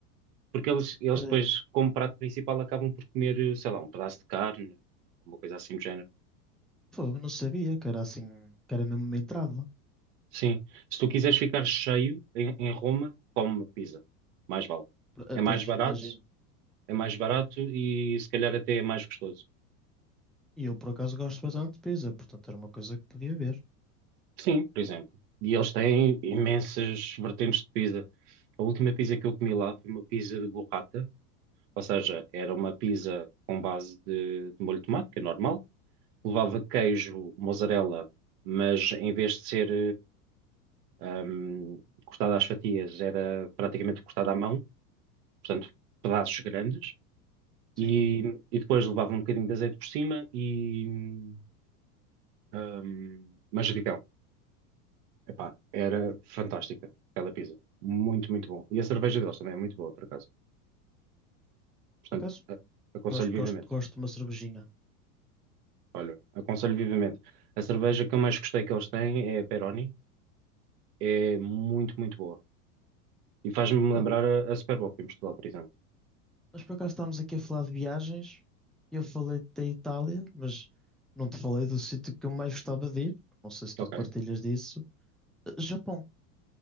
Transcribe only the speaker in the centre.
Uh,
fogo, não sabia que era assim, que era mesmo uma entrada.
Uh,
pois,
imagino.
E eu, por acaso, gosto bastante de pizza, portanto era uma coisa que podia ver.
Sim,
por acaso,
gosto,
gosto, gosto de uma cervejinha.
Ah,
mas por acaso estamos aqui a falar de viagens. Eu falei da Itália, mas não te falei do sítio que eu mais gostava de ir. Não sei se tu
partilhas disso. Eh, Japão.